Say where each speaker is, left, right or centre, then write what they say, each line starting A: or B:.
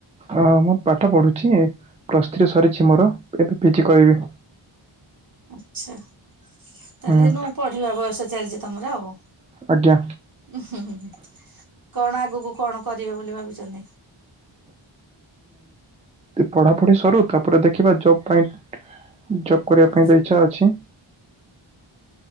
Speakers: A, on the right; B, on the right.
A: ହଁ ମୁଁ ପାଠ ପଢୁଛି ପ୍ଲସ୍ ଥ୍ରୀ ସରିଛି ମୋର ଏବେ ପିଜି କିଇବି
B: ଆଚ୍ଛା।
A: ହୁଁ
B: ତାହେଲେ ନୁ ପଢିବା ବୟସ ଚାଲିଛି ତମର ଆଉ ଉ
A: ଆଜ୍ଞା
B: ହୁଁ ହୁଁ ହୁଁ କଣ ଆଗକୁ କଣ କରିବେ ବୋଲି ଭାବିଛନ୍ତି?
A: ପଢାପଢି ସରୁ ତାପରେ ଦେଖିବା ଜବ୍ ପାଇଁ। ଜବ୍ କରିବା
B: ଉଁ
A: ପାଇଁ ତ ଇଚ୍ଛା ଅଛି।